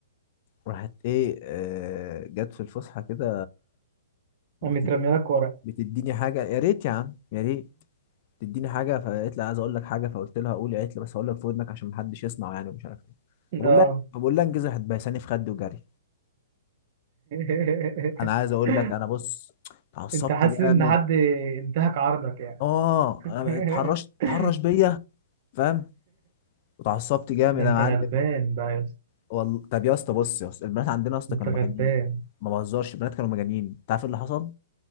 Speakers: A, on the left (about 30°); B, on the right (about 35°).
A: راحت ايه آه، جت في الفسحه كده
B: أنا مترمي
A: بت-
B: لك ورق
A: بتديني حاجه يا ريت يا عم يا ريت تديني حاجه فقالت لي عايز اقول لك حاجه فقلت لها قولي قالت لي بس هقول لك في ودنك عشان محدش يسمع يعني ومش عارف ايه فبقول
B: اه
A: لها فبقول لها انجزي هتبهساني في خدي وجري
B: <laughs>
A: انا عايز اقول لك انا بص اتعصبت
B: انت حاسس
A: جامد
B: ان حد انتهك عرضك يعني
A: اه
B: <laughs>
A: أنا اتحرش اتحرش بيا فاهم اتعصبت جامد
B: ده انت
A: يا معلم
B: غلبان بقى يا اسطى
A: والله طب يا اسطى بص يا اسطى البنات عندنا يا اسطى
B: انت
A: كانوا
B: غلبان
A: مجانين ما بهزرش البنات كانوا مجانين انت عارف إيه اللي حصل